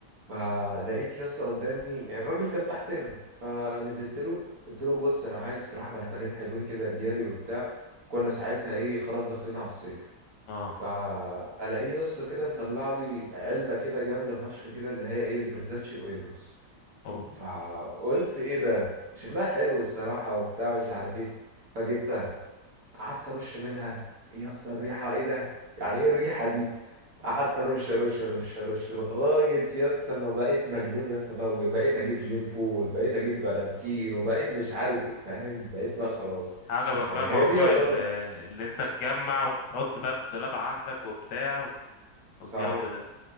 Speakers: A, on the right; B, on the left.
A: فلقيت يسطا قدامي يعني الراجل كان تحتنا فنزلت له قلت له بص انا عايز الصراحه برفانين حلوين كده رجالي وبتاع كنا ساعتها ايه خلاص داخلين على الصيف
B: اه
A: فالاقيه يسطا كده مطلع لي علبه كده جامده فشخ كده اللي هي ايه الفيرزاتشي اويروس
B: أوه.
A: فقلت ايه ده شكلها حلو الصراحه وبتاع مش عارف ايه فجبت قعدت ارش منها ايه يا اسطى الريحه ايه ده يعني ايه الريحه دي قعدت ارش ارش ارش ارش لغايه يا اسطى ما بقيت مجنون يا اسطى بقى وبقيت اجيب جيم بول بقيت اجيب فالنتين وبقيت مش عارف ايه فاهم بقيت بقى خلاص
B: عجبك بقى
A: يعني هي
B: موضوع
A: دي يعتبر
B: ال- اللي انت تجمع وتحط بقى في الدولاب عندك وبتاع
A: صح
B: والجو ده